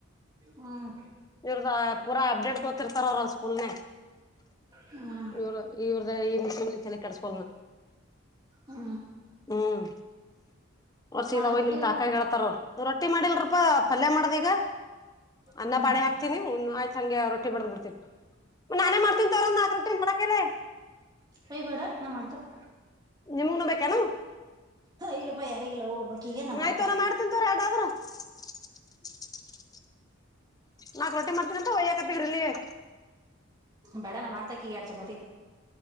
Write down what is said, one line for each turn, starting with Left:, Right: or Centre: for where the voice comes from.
Right: ಹ್ಮ್
Left: ಇವರದ ಪೂರಾ ಅಪ್ಡೇಟ್ ತಗೋತಿರ್ತಾರ ಅವ್ರ ಸ್ಕೂಲೆ.
Right: ಹ್ಮ್
Left: ಇವ್ರ ಇವ್ರ್ದ ಈ ಮಿಸ್ಸಿಂದ್ ಏನ್ ತಲೆಕೆಡಸ್ಕೊಲ.
Right: ಹಾ
Left: ಹ್ಮ್ ಅವ್ರ್ ಸೀದಾ
Right: ಮಾಡಿದ್
Left: ಹೋಗಿ
Right: ರೊಟ್ಟಿ
Left: ನಿಮ್ ಕಾಕಾಗೆೇಳ್ತಾರ ಅವರ ರೊಟ್ಟಿ ಮಾಡಿಲ್ರಿಪಾ ಪಲ್ಯ ಮಾಡಿದೆ ಈಗ. ಅನ್ನ
Right: ಹ್ಮ್
Left: ಪಾಳ್ಯ ಹಾಕ್ತನಿ ಹ್ಮು ಆಯ್ತ್ ಹಂಗೆ ರೊಟ್ಟಿ ಬಡದ್ ಬಿಡ್ತೀನಿ ನಾನೆ ಮಾಡ್ತೀನ್ ತಗೋ ನಾಕ್ <unintelligible>
Right: ಅಯ್ ಬ್ಯಾಡಾ ನಾ ಮಾಡ್ತೇನ್.
Left: ನಿಮಗುನು ಬೇಕೇನು.
Right: ಇಲ್ಲಪಾ ಯಾರಿಗಿಲ್ಲ ಹೋಗ್ ಒಬ್ಬಕ್ಕಿಗ ನಾ ಮಾಡ್ತನ್.
Left: ಆಯ್ತು ಮಾಡ್ತೀನಿ ತೋರ <inaudible> ನಾಕ್ ರೊಟ್ಟಿ ಮಾಡ್ತೀನಿ ಅಂತ ಒಯ್ಯಕತರೀಲ್ಲಿಯೇ.
Right: ಬ್ಯಾಡನ ನಾ ಮಾಡ್ತಾಕ್ಕಿಗ್ ಯಾಡ್ ಚಪಾತಿ.